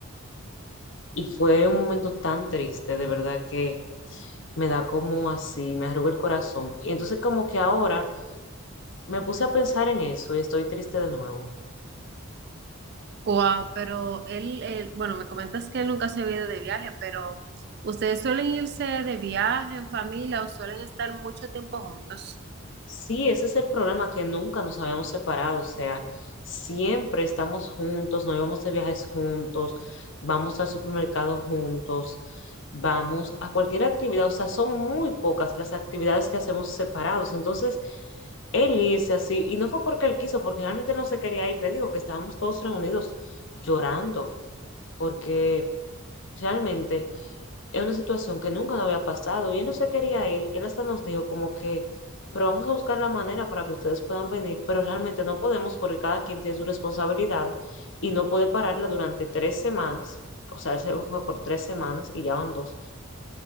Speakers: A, on the left; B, on the right.
A: Y fue un momento tan triste, de verdad que me da como así, me arruga el corazón. Y entonces como que ahora me puse a pensar en eso y estoy triste de nuevo.
B: Wow, pero él, él- bueno, me comentas que él nunca se había ido de viaje, pero ¿ustedes suelen irse de viaje en familia o suelen estar mucho tiempo juntos?
A: Sí, ese es el problema, que nunca nos habíamos separado, o sea, siempre estamos juntos, nos vamos de viajes juntos, vamos al supermercado juntos, vamos a cualquier actividad, o sea, son muy pocas las actividades que hacemos separados. Entonces, él irse así, y no fue porque él quiso, porque realmente no se quería ir, te digo que estábamos todos reunidos llorando, porque realmente... Es una situación que nunca nos había pasado y él no se quería ir. Él hasta nos dijo como que, pero vamos a buscar la manera para que ustedes puedan venir, pero realmente no podemos porque cada quien tiene su responsabilidad y no puede pararla durante tres semanas. O sea, él se fue por tres semanas y ya van dos.